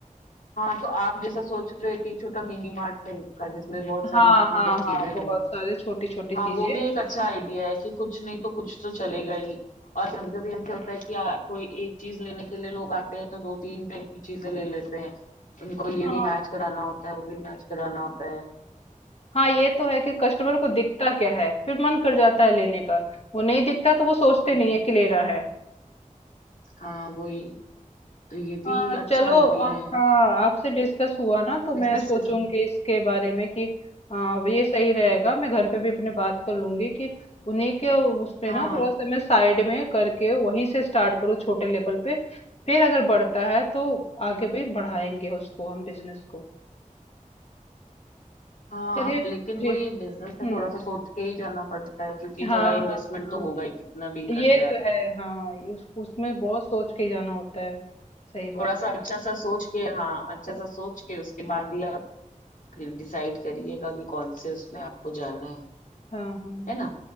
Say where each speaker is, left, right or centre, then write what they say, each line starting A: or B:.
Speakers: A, on the left; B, on the left.
A: हाँ तो आप जैसा सोच रहे हो कि एक छोटा मिनी मार्ट टाइप का जिसमें बहुत सारी
B: हाँ
A: मतलब
B: हाँ हाँ
A: चीजें
B: बहुत
A: हों
B: सारे छोटी छोटी चीजें
A: हाँ वो भी एक अच्छा आइडिया है कि कुछ नहीं तो कुछ तो चलेगा ही और कभी कभी ऐसे होता है कि आ, कोई एक चीज लेने के लिए लोग आते हैं तो दो तीन टाइप की चीजें ले लेते हैं उनको
B: हाँ
A: ये भी मैच कराना होता है वो भी मैच कराना होता है
B: हाँ ये तो है कि कस्टमर को दिखता क्या है फिर मन कर जाता है लेने का वो नहीं दिखता तो वो सोचते
A: हम्म,
B: नहीं है कि लेना है
A: हाँ वही तो ये भी
B: हाँ
A: अच्छा
B: चलो
A: आइडिया
B: अ,
A: है
B: हाँ आपसे डिस्कस हुआ ना तो
A: बिजनेस
B: मैं सोचूंगी
A: के तो
B: इसके बारे में कि हाँ वो ये सही रहेगा मैं घर पे भी अपने बात कर लूंगी कि उन्हीं के उसमें
A: हाँ
B: ना थोड़ा सा मैं साइड में करके वहीं से स्टार्ट करूँ छोटे लेवल पे फिर अगर बढ़ता है तो आगे भी बढ़ाएंगे उसको हम बिजनेस को
A: हाँ
B: चलिए
A: लेकिन
B: ठीक
A: वही ये बिजनेस में
B: हम्म
A: थोड़ा सा सोच के ही जाना पड़ता है क्योंकि
B: हाँ
A: थोड़ा इन्वेस्टमेंट
B: हाँ हाँ
A: तो होगा ही कितना भी कर
B: ये
A: ले आते
B: तो है
A: हैं
B: हाँ ये उस, उसमें बहुत सोच के जाना होता है सही
A: तो
B: बात
A: थोड़ा सा अच्छा सा सोच के हाँ अच्छा सा सोच के उसके बाद ही डिसाइड करिएगा कि कौन से उसमें आपको जाना है
B: हाँ हाँ
A: है ना